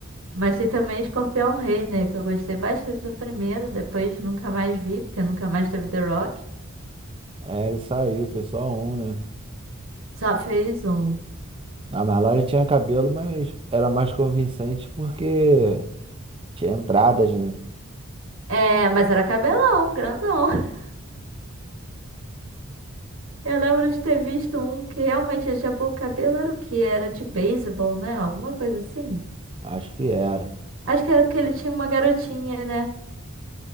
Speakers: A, on the right; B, on the right.
A: Mas tem também Escorpião Rei, né, que eu gostei bastante do primeiro, depois nunca mais vi, porque nunca mais teve The Rock.
B: é, ele saiu, foi só um, né?
A: Só fez um.
B: Ah, mas lá ele tinha cabelo, mas era mais convincente porque tinha entradas, né?
A: É, mas era cabelão, grandão. <laughs> Eu lembro de ter visto um que realmente ele tinha pouco cabelo, era o quê? Era de beisebol, né? Alguma coisa assim.
B: Acho que era.
A: Acho que era que ele tinha uma garotinha, né?